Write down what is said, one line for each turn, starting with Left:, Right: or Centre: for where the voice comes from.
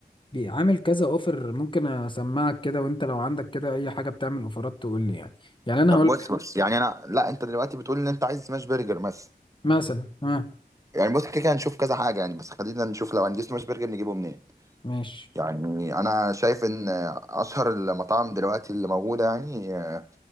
Left: بيعمل كذا اوفر ممكن اسمعك كده وانت لو عندك كده اي حاجه بتعمل اوفرات تقول لي يعني يعني انا
Right: طب
Left: هقول
Right: بص
Left: لك
Right: بص يعني انا لا انت دلوقتي بتقول ان انت عايز سماش برجر بس
Left: مثلا ها
Right: يعني بص كده كده هنشوف كذا حاجه يعني بس خلينا نشوف لو هنجيب سماش برجر نجيبه منين
Left: ماشي
Right: يعني انا شايف ان اشهر المطاعم دلوقتي اللي موجوده يعني آه،